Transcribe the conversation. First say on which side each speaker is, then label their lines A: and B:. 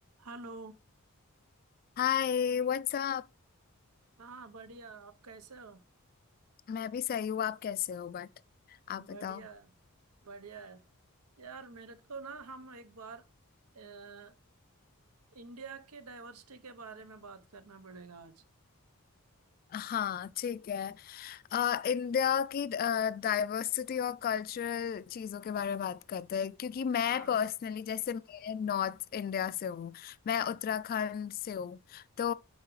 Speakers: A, on the right; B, on the left.
A: Hello
B: हाय व्हाट्सअप
A: हाँ बढ़िया आप कैसे हो
B: मैं भी सही हूँ आप कैसे हो बट आप
A: बढ़िया
B: बताओ
A: है बढ़िया है यार मेरे को ना हम एक बार अ, इंडिया के डाइवर्सिटी के बारे में बात करना पड़ेगा आज
B: हाँ ठीक है अ, इंडिया की डाइवर्सिटी और कल्चरल चीज़ों के बारे में बात करते हैं क्योंकि मैं
A: हाँ
B: पर्सनली जैसे मैं नॉर्थ इंडिया से हूँ मैं उत्तराखंड से हूँ तो